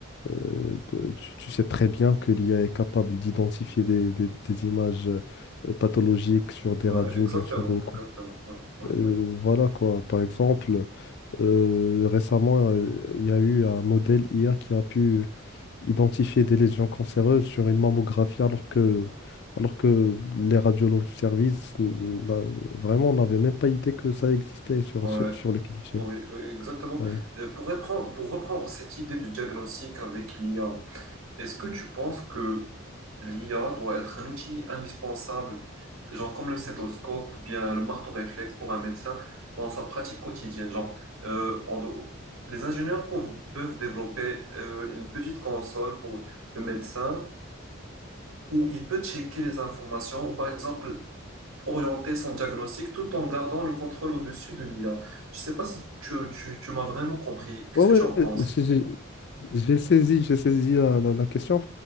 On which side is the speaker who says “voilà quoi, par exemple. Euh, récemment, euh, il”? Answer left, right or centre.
Left